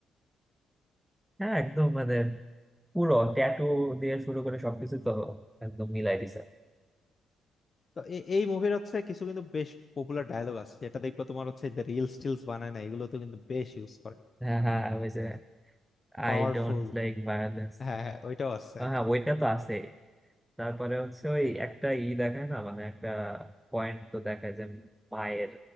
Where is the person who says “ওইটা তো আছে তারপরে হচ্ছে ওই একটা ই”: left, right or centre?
Centre